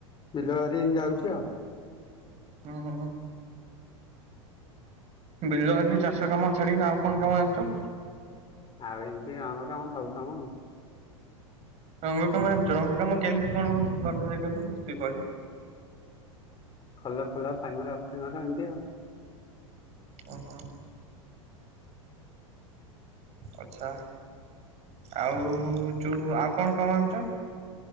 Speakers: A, on the left (about 25°); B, on the right (about 40°).
A: ବିଲ ବାରି ଆଉ ଯାଈଚି ଆଉ।
B: ଉଁ ବିଲ ହେଲେ ଚାଷ କାମ ଛାଡ଼ିକି ଆଉ କଣ କାମ ଜାଣିଛ?
A: ଆଉ ଏମିତି ରଙ୍ଗ କାମ ସବୁ କାମ ଆଉ।
B: ରଙ୍ଗ କାମ ଜାଣିଚ ରଙ୍ଗ କାମ କେମିତି କଣ କରାଯାଏ କହିଲ? ମତେ ଟିକେ କହିଲ
A: ହଁ ଭଲ ଫଲ <unintelligible>
B: ଓହୋ। ଆଚ୍ଛା ଆଉ ଯେଉଁ ଆଉ କଣ କାମ ଜାଣିଚ?